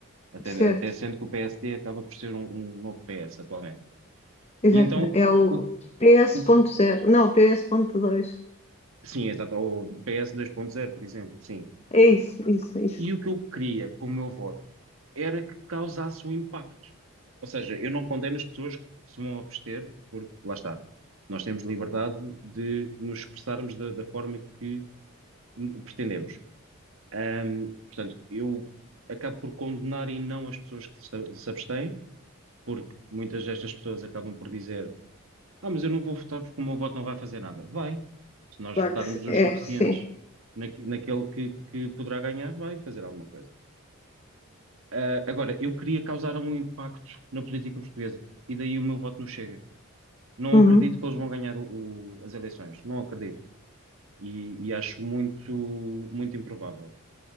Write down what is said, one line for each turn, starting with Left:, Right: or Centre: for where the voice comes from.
Right: Até,
Left: Certo.
Right: até sendo que o PSD acaba por ser um, um novo PS atualmente.
Left: Exatamente.
Right: E então,
Left: É o
Right: o,
Left: PS.0.
Right: o-
Left: Não, PS.2.
Right: sim, exato, o PS zero por exemplo, sim.
Left: É isso, isso, isso.
Right: E o que eu queria com o meu voto era que causasse um impacto. Ou seja, eu não condeno as pessoas que se vão abster, porque, lá está, nós temos liberdade de nos expressarmos da, da forma que n- pretendemos. Ahm, portanto, eu acabo por condenar e não as pessoas que se se abstêm, porque muitas destas pessoas acabam por dizer Ah, mas eu não vou votar porque o meu voto não vai fazer nada. Vai. Se nós
Left: Claro
Right: votarmos
Left: que se-
Right: os
Left: é,
Right: suficientes
Left: sim.
Right: naque- naquele que, que poderá ganhar, vai fazer alguma coisa. Ah, agora, eu queria causar um impacto na política portuguesa e daí o meu voto não chega. Não
Left: Uhum.
Right: acredito que eles vão ganhar o- o- as eleições. Não acredito. E, e acho muito, muito improvável.